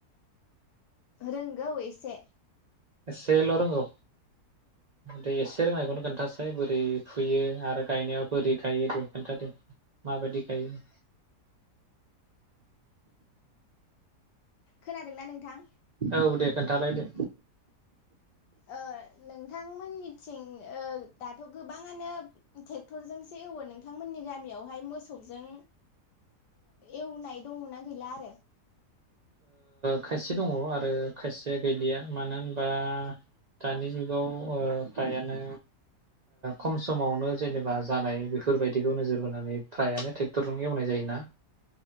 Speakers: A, on the left (about 85°); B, on the right (about 75°).
A: रोंगौ एसे।
B: एसेल' रोंगौ दे एसे रोंनायखौनो खोन्थासाय बोरै फुयो आरो गायनायाव बोरै गायो दे खोन्थादे माबायदि गायो?
A: खोनादोंना नोंथां?
B: औ दे खोन्थालाय दे।
A: ओ नोंथांमोननिथिं ओ दाथ' गोबाङानो ट्रेक्टरजोंसो एवो नोंथांमोननि गामियावहाय मोसौजों एवनाय दङनाा गैला आरो।
B: खायसे दङ आरो खायसेया गैलिया मानो होनबा दानि जुगाव फ्रायानो खम समावनो जेनेबा जानाय बेफोरबायदिखौ नोजोर बोनानै फ्रायानो ट्रेक्टरजों एवनाय जायोना।